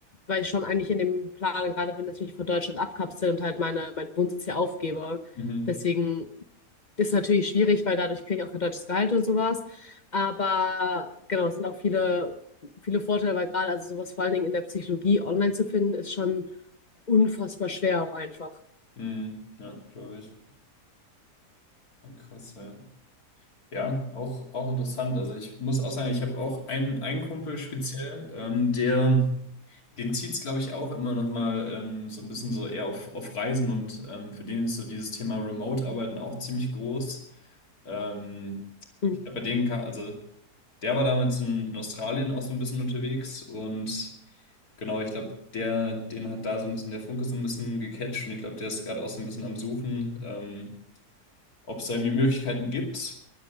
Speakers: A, on the left (about 40°); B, on the left (about 65°).
A: weil ich schon eigentlich in dem Plan gerade bin, dass ich mich von Deutschland abkapsel und halt meine, meinen Wohnsitz hier aufgebe.
B: Mhm.
A: Deswegen ist es natürlich schwierig, weil dadurch kriege ich auch kein deutsches Gehalt oder sowas. Aber genau, es sind auch viele, viele Vorteile, weil gerade also sowas vor allen Dingen in der Psychologie online zu finden, ist schon unfassbar schwer auch einfach.
B: Mhm. Ja, glaube ich. Krass, ja. Ja, auch, auch interessant. Also ich muss auch sagen, ich habe auch einen, einen Kumpel speziell, ähm, der, den zieht's, glaube ich, auch immer noch mal ähm, so ein bisschen so eher auf, auf Reisen und ähm, für den ist so dieses Thema Remote-Arbeiten auch ziemlich groß. Ähm,
A: Mhm.
B: ich glaube, bei denen kann, also der war damals in, in Australien auch so ein bisschen unterwegs und genau, ich glaube, der, den hat da so ein bisschen der Funke so ein bisschen gecatcht und ich glaube, der ist gerade auch so ein bisschen am Suchen, ähm, ob es da irgendwie Möglichkeiten gibt.